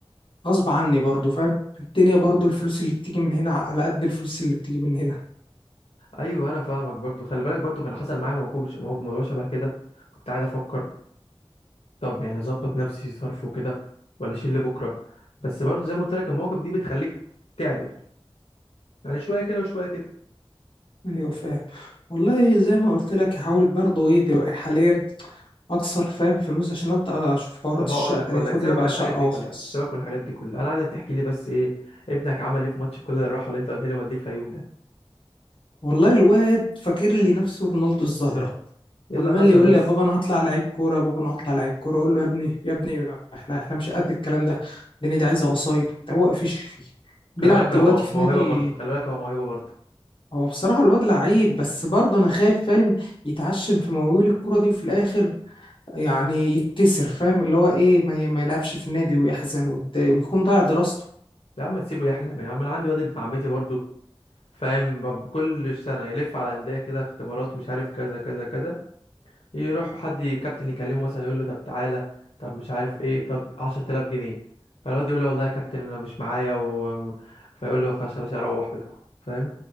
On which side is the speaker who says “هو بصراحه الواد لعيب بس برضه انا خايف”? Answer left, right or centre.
Left